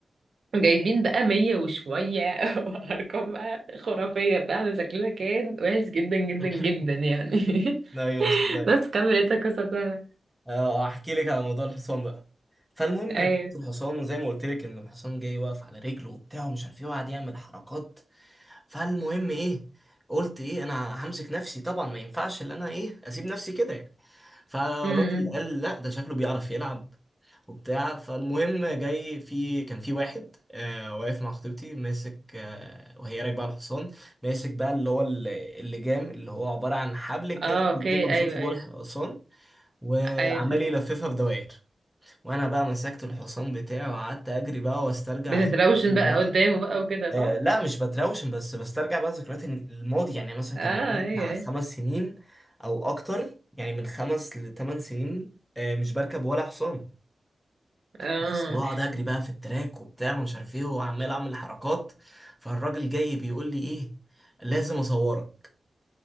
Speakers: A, on the right; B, in the centre.
A: جايبين بقى مية وشوية <laughs> وأرقام بقى خرافية فعلا شكلنا كان وحش جدا جدا
B: <laughs>
A: جدا يعني <laughs>
B: ايوه مصدق
A: بس كمل انت القصة بتاعتك
B: اه احكي لك على موضوع الحصان بقى فالمهم
A: أيوة
B: ركبت الحصان وزي ما قلت لك ان الحصان جاي واقف على رجله وبتاع ومش عارف ايه وقعد يعمل حركات فالمهم ايه قلت ايه انا همسك نفسي طبعا ما ينفعش ان انا ايه اسيب نفسي كده يعني فالراجل
A: امم
B: قال لا ده شكله بيعرف يلعب وبتاع فالمهم جاي في كان في واحد آه واقف مع خطيبتي ماسك آه وهي راكبه على الحصان ماسك بقى اللي هو ال- اللجام اللي هو عباره عن حبل كده
A: اه اوكي
B: بيكون ممسوك
A: أيوة
B: جوه
A: أيوة
B: الحصان وعمال
A: أيوة فهمت
B: يلففها في دوائر وانا بقى مسكت الحصان بتاعي وقعدت اجري بقى واسترجع
A: بتتروشن
B: ذكريات الماضي
A: بقى قدامه بقى وكده صح؟
B: آه لا مش بتراوشن بس بسترجع بقى ذكريات الماضي يعني مثلا
A: اه
B: كان بقالي
A: أيوة
B: بتاع
A: أيوة
B: خمس سنين او اكتر يعني من خمس لثمان سنين آه مش بركب ولا حصان
A: اه
B: بس بقعد اجري بقى في التراك وبتاع ومش عارف ايه وعمال اعمل حركات فالراجل جاي بيقول لي ايه لازم اصورك